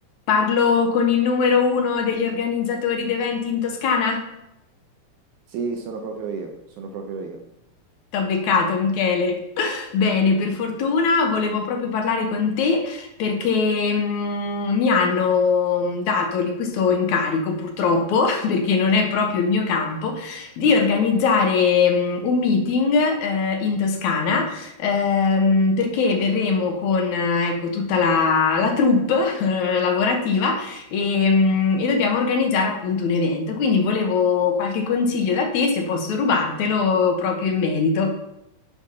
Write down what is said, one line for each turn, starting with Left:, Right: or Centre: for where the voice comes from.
Left: Parlo con il numero uno degli organizzatori d'eventi in Toscana?
Right: Sì, sono proprio io, sono proprio io.
Left: T'ho beccato, Michele. Bene, per fortuna volevo proprio parlare con te perché mm, mi hanno dato lì questo incarico, purtroppo, <laughs> perché non è proprio il mio campo, di organizzare mm, un meeting eh, in Toscana ehm, perché verremo con eh, ecco, tutta la, la troupe <laughs> eh, lavorativa e, mm, e dobbiamo organizzare appunto un evento. Quindi volevo qualche consiglio da te, se posso rubartelo proprio in merito.